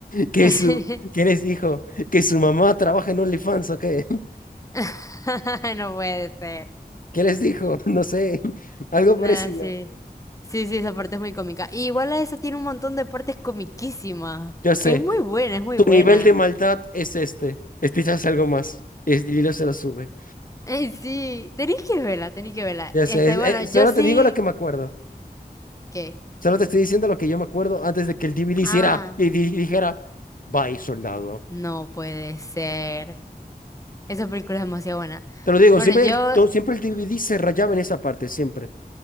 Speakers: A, on the left (about 60°); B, on the left (about 20°).
A: ¿Qué
B: <laughs>
A: su, qué les dijo? ¿Que su mamá trabaja en OnlyFans o qué? <laughs>
B: <laughs> No puede ser.
A: ¿Qué les dijo? <laughs> No sé, <laughs> algo
B: No,
A: parecido.
B: sí. Sí, sí, esa parte es muy cómica. Y igual a esa tiene un montón de partes comiquísimas.
A: Yo sé,
B: Es muy buena, es muy
A: tu
B: buena.
A: nivel de maldad es este. Escuchas algo más. Y es- y Lilo se lo sube.
B: Eh, sí, tenéis que verla, tenéis que verla.
A: Ya
B: Este,
A: sé, es-
B: bueno,
A: eh,
B: yo
A: solo
B: sí.
A: te digo lo que me acuerdo.
B: ¿Qué?
A: Solo te estoy diciendo lo que yo me acuerdo antes de que el DVD hiciera
B: Ah,
A: y di- dijera, bye, soldado.
B: no puede ser. Esa película es demasiado buena.
A: Te lo digo,
B: Bueno,
A: siempre
B: yo.
A: el, to- siempre el DVD se rayaba en esa parte, siempre.